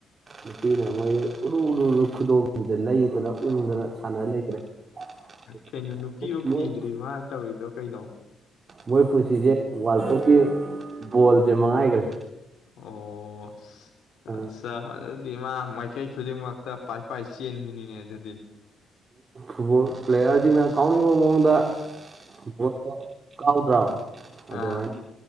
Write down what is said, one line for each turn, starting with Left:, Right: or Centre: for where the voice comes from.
Right: ꯅꯨꯅ ꯃꯣꯏꯨꯨ ꯈꯨꯗꯣꯡꯁꯦ ꯂꯩꯗꯅ ꯎꯨꯝꯗꯅ ꯁꯥꯟꯅ ꯂꯩꯈ꯭ꯔꯦꯣꯏ
Left: ꯀꯩꯅꯣ ꯅꯨꯄꯤꯕꯨꯛ ꯊꯤꯗ꯭ꯔꯤ ꯃꯥꯅ ꯇꯧꯔꯤꯗꯣ ꯀꯩꯅꯣ
Right: ꯃꯣꯏ ꯄꯨꯟꯁꯤꯁꯦ ꯋꯥꯔꯜ ꯀꯞꯀꯤ ꯕꯣꯜꯁꯦ ꯃꯉꯥꯏꯈ꯭ꯔꯦ
Left: ꯑꯣ
Right: ꯑ
Left: ꯑꯠꯆꯥ ꯃ ꯃꯥꯏꯀꯩ ꯈꯖꯤ ꯃꯛꯇ ꯄꯥꯏ ꯄꯥꯏ ꯆꯦꯟ ꯃꯤꯅꯤꯉꯦ ꯑꯗꯨꯗꯤ
Right: ꯐꯨꯠꯕꯣꯜ ꯄ꯭ꯂꯦꯌꯔꯁꯤꯅ ꯇꯥꯎꯅꯤꯡꯕ ꯃꯑꯣꯡꯗ ꯄꯣ ꯀꯥꯎꯗ꯭ꯔꯥ ꯑꯗꯨꯃꯥꯏꯅ
Left: ꯑꯥ